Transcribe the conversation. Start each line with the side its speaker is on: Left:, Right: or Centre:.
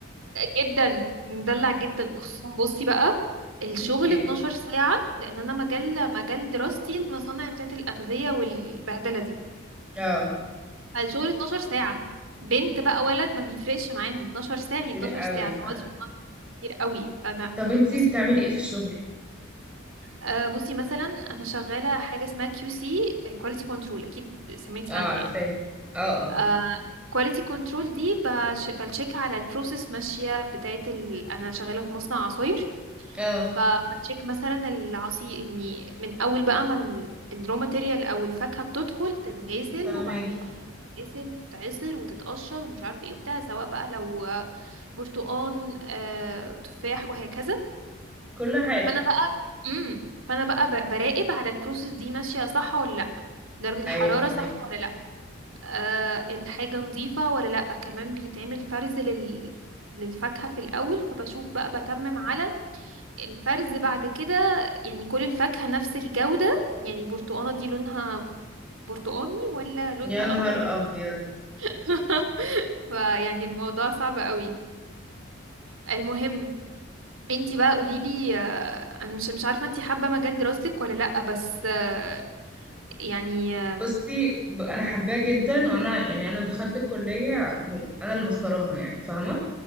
Right: جدا مدلع جدا وخصوصا بصي بقى الشغل
Centre: <laughs> ايه
Right: 12 ساعة لأن أنا مجال مجال دراستي المصانع بتاعة الأغذية والبهدلة دي
Centre: اه
Right: فالشغل 12 ساعة بنت بقى ولد ما بيفرقش معاهم 12 ساعة
Centre: كتير
Right: يعني 12
Centre: قوي
Right: ساعة
Centre: فعلا
Right: تقعدي في المطبخ كتير قوي فأنا
Centre: طب انت
Right: بصي
Centre: بتعملي ايه في الشغل
Right: آه، بصي مثلا أنا شغالة حاجة اسمها كيو سي كواليتي كنترول أكيد سمعتي
Centre: اه عارفاه
Right: عنها يعني
Centre: اه اه
Right: آه كواليتي كنترول دي بش- بتشيك على البروسيس ماشية بتاعة ال... أنا شغالة في مصنع عصاير
Centre: اه
Right: فبتشيك مثلا العصير اني من اول بقى ما ال- الرو ماتيريال او الفاكهه بتدخل تتغسل
Centre: فاهمك
Right: وبعدين بتتغسل تتعصر وتتقشر ومش عارفه ايه وبتاع سواء بقى لو برتقان آه، تفاح وهكذا
Centre: كل حاجه
Right: فانا بقى امم فانا بقى ب- براقب على البروسيس دي ماشيه صح ولا لا درجه الحراره
Centre: ايوه فاهمك
Right: صح ولا لا أه الحاجه نظيفه ولا لا كمان بيتعمل فرز لل للفاكهه في الاول فبشوف بقى بتمم على الفرز بعد كده يعني كل الفاكهة نفس الجودة يعني البرتقانة دي لونها برتقاني ولا لونها
Centre: يا نهار
Right: أخضر
Centre: ابيض
Right: <laughs> فيعني الموضوع صعب قوي المهم انتي بقى قوليلي آه، انا مش مش عارفة انتي حابة مجال دراستك ولا لأ بس آه، يعني آه،
Centre: بصي ب- انا حباه جدا وانا يعني انا دخلت الكليه م- انا اللي مختاراها يعني فاهمه